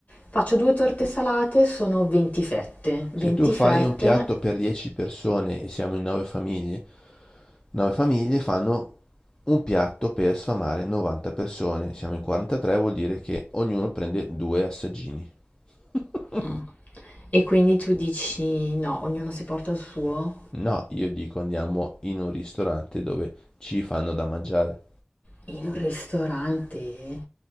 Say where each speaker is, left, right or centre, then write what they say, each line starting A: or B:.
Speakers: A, on the left; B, on the left.
A: faccio due torte salate, sono 20 fette. 20
B: Se tu fai
A: fette,
B: un piatto per 10 persone e siamo in 9 famiglie, 9 famiglie fanno un piatto per sfamare 90 persone. Siamo in 43, vuol dire che ognuno prende due assaggini. <laughs>
A: mm. e quindi tu dici no, ognuno si porta il suo
B: no, io dico andiamo in un ristorante dove ci fanno da mangiare.
A: in un ristorante.